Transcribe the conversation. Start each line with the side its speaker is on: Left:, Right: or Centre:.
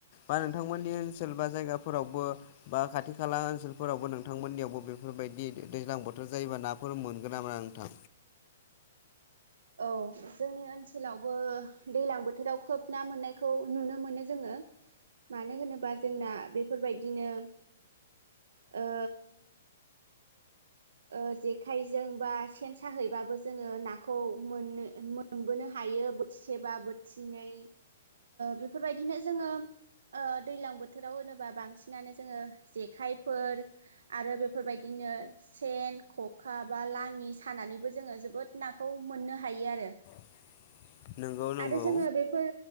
Left: बा नोंथांमोननि ओनसोल बा जायगा फोरावबो बा खाथि खाला ओनसोलफोरावबो नोंथांमोननियावबो बेफोरबायदि दैज्लां बोथोर जायोबा नाफोर फोर मोनगोना मोना नोंथां?
Right: औ जोंनि ओनसोलावबो दै्लां बोथोराव खोब ना मोननायखौ नुनो मोनो जोङो मानो होनोबा जोंना बेफोरबायदिनो ओ ओ जेखाइजों बा सेन साहैबाबो जोङो नाखौ मोननो मोनबोनो हायो। हायो बोथिसेबा बोथिनै बेफोरबायदिनो जोङो। ओ दैज्लां बोथोराव होनोबा बांसिनानो जोङो जेखाइफोर आरो बेफोरबायदिनो। सेन ख'खा बा लाङि सानानैबो जोङो जोबोद नाखौ मोननो हायो आरो।
Left: <inaudible> नंगौ
Right: आरो जोङो बेफोर